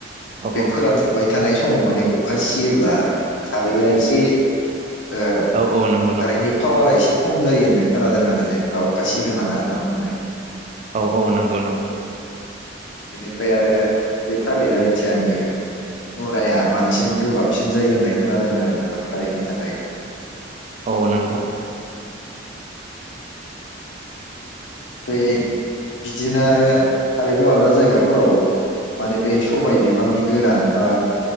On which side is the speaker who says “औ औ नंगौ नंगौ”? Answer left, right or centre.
Right